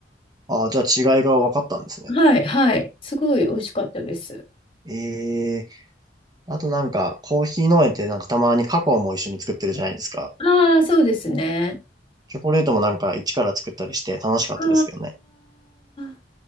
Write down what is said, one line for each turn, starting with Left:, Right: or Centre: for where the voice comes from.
Right: ああ、じゃあ違いが分かったんですね。
Left: はい、はい、すごい美味しかったです。
Right: ええあとなんかコーヒー農園ってなんかたまにカカオも一緒に作ってるじゃないですか。
Left: ああ、そうですね。
Right: チョコレートもなんか一から作ったりして楽しかったですけどね。
Left: ああ、